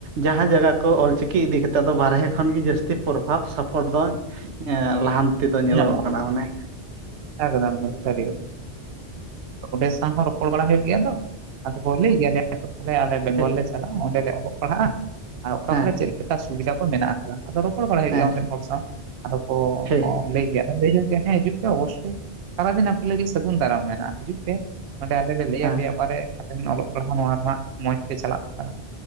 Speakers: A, on the right; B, on the right.
A: ᱡᱟᱦᱟᱸ ᱡᱟᱜᱟ ᱠᱚ ᱚᱞᱪᱤᱠᱤ ᱤᱫᱤ ᱠᱟᱛᱮ ᱫᱚ ᱵᱟᱨᱦᱮ ᱠᱷᱚᱱ ᱜᱮ ᱡᱟᱹᱥᱛᱤ ᱯᱨᱚᱵᱷᱟᱵ ᱥᱟᱯᱚᱴ ᱫᱚ ᱞᱟᱦᱟᱱᱛᱤ ᱛᱤ ᱫᱚ ᱧᱮᱞᱚᱜᱚᱜ
B: ᱧᱟᱢᱚᱜᱼᱟ
A: ᱠᱟᱱᱟ ᱢᱟᱱᱮ ᱾
B: ᱮᱠᱫᱚᱢ ᱮᱠᱫᱚᱢ ᱥᱟᱹᱨᱤ ᱠᱟᱛᱷᱟ᱾ ᱚᱸᱰᱮ ᱥᱟᱶ ᱦᱚ ᱨᱚᱯᱚᱲ ᱵᱟᱲᱟ ᱦᱩᱭᱩᱜ ᱜᱮᱭᱟ ᱛᱚ ᱟᱫᱚ ᱠᱚ ᱞᱟᱹᱭ ᱜᱮᱭᱟ ᱮ ᱟᱞᱮ ᱵᱮᱝᱜᱚᱞ
A: ᱴᱷᱤᱠ
B: ᱞᱮ ᱪᱟᱞᱟᱜᱼᱟ ᱚᱸᱰᱮ ᱞᱮ ᱚᱞᱚᱜ ᱯᱟᱲᱦᱟᱜᱼᱟ ᱟᱨ ᱚᱠᱟ
A: ᱦᱮᱸ
B: ᱠᱚᱨᱮ ᱪᱮᱫ ᱞᱮᱠᱟ ᱥᱩᱵᱤᱫᱷᱟ ᱠᱚ ᱢᱮᱱᱟᱜ ᱟᱠᱟᱫᱟ ᱟᱫᱚ ᱨᱚᱯᱚᱲ ᱵᱟᱲᱟᱭ ᱦᱩᱭᱩᱜ
A: ᱦᱮᱸ
B: ᱜᱮᱭᱟ ᱚᱸᱰᱮᱱ ᱦᱚᱲ ᱥᱟᱶ ᱟᱫᱚ ᱠᱚ
A: ᱴᱷᱤᱠ
B: ᱞᱟᱹᱭ ᱜᱮᱭᱟ ᱞᱟᱹᱭᱟ ᱡᱮ ᱦᱮᱸ ᱦᱤᱡᱩᱜ ᱯᱮ ᱚᱵᱚᱥᱥᱚᱭ ᱥᱟᱨᱟᱫᱤᱱ ᱟᱯᱮ ᱞᱟᱹᱜᱤᱫ ᱥᱟᱹᱜᱩᱱ ᱫᱟᱨᱟᱢ ᱢᱮᱱᱟᱜᱼᱟ ᱦᱤᱡᱩᱜ ᱯᱮ ᱾ ᱱᱚᱰᱮ ᱟᱞᱮ ᱞᱮ ᱞᱟᱹᱭ
A: ᱦᱮᱸ
B: ᱟᱯᱮᱭᱟ ᱚᱠᱟᱨᱮ ᱚᱞᱚᱜ ᱯᱟᱲᱦᱟᱜ ᱱᱚᱣᱟ ᱨᱮᱱᱟᱜ ᱢᱚᱸᱡᱽ ᱛᱮ ᱪᱟᱞᱟᱜ ᱠᱟᱱᱟ